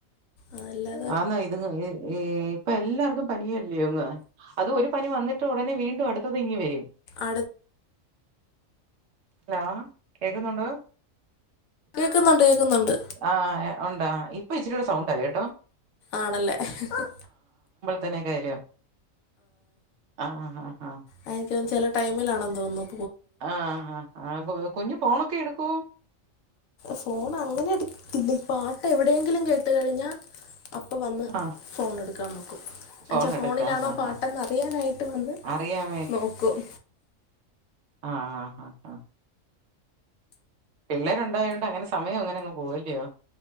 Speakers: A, on the left; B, on the right.
A: ആ എല്ലാര
B: ആന്നാ ഇതുങ്ങ ഈ ഈ ഇപ്പൊ എല്ലാർക്കും പനിയല്ലോങ്ങ് അത് ഒരു പനി വന്നിട്ട് ഉടനെ വീണ്ടും അടുത്തത് ഇങ്ങ് വരും.
A: അടുത്ത -
B: ഹലോ കേക്കുന്നുണ്ടോ?
A: കേക്കുന്നുണ്ട് കേക്കുന്നുണ്ട്
B: ആ യെ ഉണ്ടോ ഇപ്പൊ ഇച്ചിരി കൂടെ സൗണ്ടായി കേട്ടോ
A: ആണല്ലേ <unintelligible>
B: തനക്കായലോ ആ ആ
A: എനിനക്ക് ചില ടൈമിലാണെന്ന് തോന്നും
B: ആഹ ആ ആ കൊഞ്ഞു ഫോണൊക്കെ എടുക്കൂ
A: ഫോൺ അങ്ങനെ എടുത്തില്ലഈ പാട്ട് എവിടെയെങ്കിലും കേട്ട് കഴിഞ്ഞാ അപ്പ വന്ന്
B: ആഹ്
A: ഫോൺ എടുക്കാൻ നോക്കും
B: ഫോൺ
A: എന്നച്ചാ ഫോണിലാണോ
B: എടുക്കാ ആ
A: പാട്ടന്ന്
B: ആ
A: അറിയാനായിട്ട് വന്ന്
B: ആ അറിയാൻ
A: നോക്കും
B: ആഹ ആ ആ ആഹ പിള്ളേരുണ്ടായുകൊണ്ട് അങ്ങനെ സമയം അങ്ങനെ അങ്ങ് പോയില്ലയോ